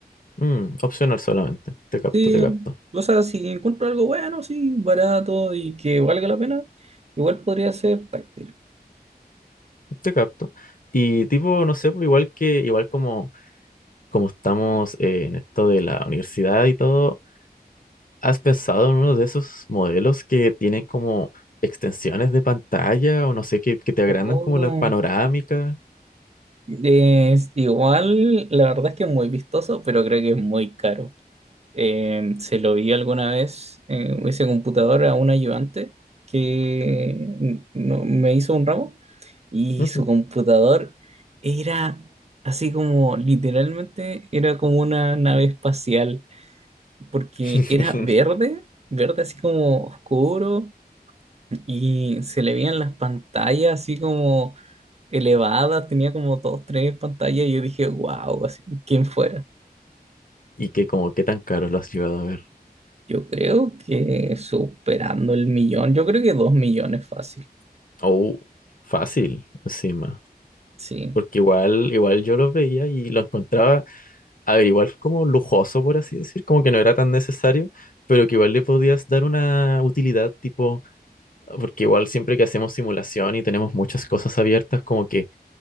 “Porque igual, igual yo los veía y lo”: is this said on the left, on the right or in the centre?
Left